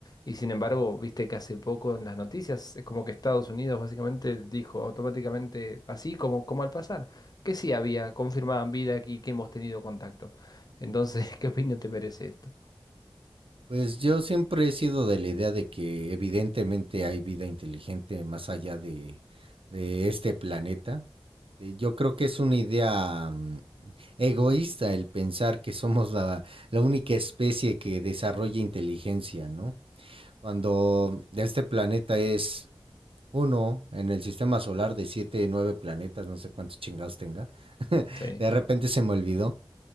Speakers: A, on the left; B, on the right.
A: Y sin
B: Ujú.
A: embargo, viste que hace poco en las noticias es como que Estados Unidos básicamente dijo automáticamente, así como, como al pasar, que sí había, confirmaban vida y que hemos tenido contacto. Entonces, <laughs> ¿qué opinión te merece esto?
B: Pues yo siempre he sido de la idea de que evidentemente hay vida inteligente más allá de, de este planeta. Eh, Yo creo que es una idea mm, egoísta el pensar que somos la, la única especie que desarrolla inteligencia, ¿no? Cuando este planeta es uno en el sistema solar de siete, nueve planetas, no sé cuántos chingados tenga. <laughs>
A: Sí,
B: De repente se me olvidó.